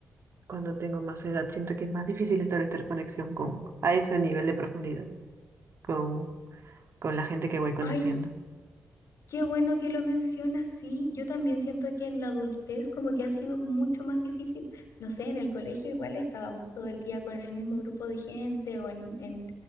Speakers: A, on the right; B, on the left.
A: cuando tengo más edad siento que es más difícil establecer conexión con, a ese nivel de profundidad, con, con la gente que voy conociendo.
B: Ay, Qué bueno que lo mencionas, sí. Yo también siento que en la adultez como que ha sido mucho más difícil. No sé, en el colegio igual estábamos todo el día con el mismo grupo de gente o en, en